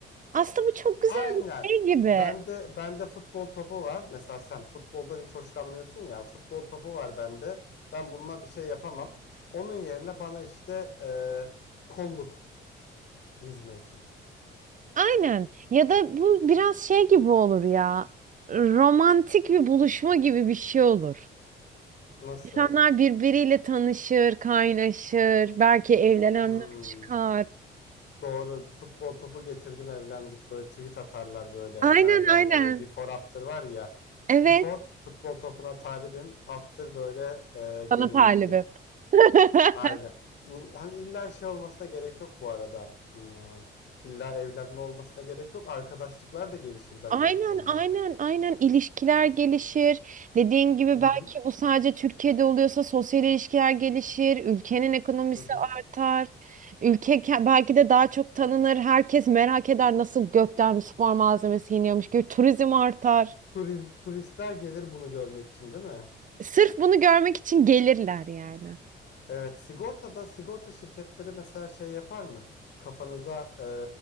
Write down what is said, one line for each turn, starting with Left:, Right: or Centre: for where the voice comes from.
Right: aslında bu çok güzel
Left: Aynen.
Right: bir şey gibi.
Left: Bende bende futbol topu var. Mesela sen futboldan hiç hoşlanmıyorsun ya. Futbol topu var bende. Ben bununla bir şey yapamam. Onun yerine bana işte eee, kolluk yüzme için.
Right: Aynen. Ya da bu biraz şey gibi olur ya. Romantik bir buluşma gibi bir şey olur.
Left: Nasıl?
Right: İnsanlar birbiriyle tanışır, kaynaşır, belki evlenenler
Left: Hmm,
Right: çıkar.
Left: doğru. Futbol topu getirdim evlendik. Böyle tweet atarlar böyle.
Right: Aynen
Left: Nereden
Right: aynen.
Left: nereye? Before after var ya.
Right: Evet.
Left: Before futbol topuna talibim. After böyle eee, gelinlikli.
Right: Sana talibim. <laughs>
Left: Aynen. İ- Hani illa şey olmasına gerek yok bu arada. Hmm, illa evlenme olmasına gerek yok. Arkadaşlıklar da gelişir bence
Right: Aynen
Left: bu konuda.
Right: aynen aynen ilişkiler gelişir. Dediğin gibi
Left: Hı
Right: belki
Left: hı.
Right: bu sadece Türkiye'de oluyorsa sosyal ilişkiler gelişir, ülkenin ekonomisi
Left: Hı hı.
Right: artar. Ülke ke- belki de daha çok tanınır. Herkes merak eder nasıl gökten bir spor malzemesi yeniyormuş gibi turizm artar.
Left: Turi- turistler gelir bunu görmek için değil mi?
Right: Sırf bunu görmek için gelirler yani.
Left: Evet, sigortada sigorta şirketleri mesela şey yapar mı? Kafanıza e,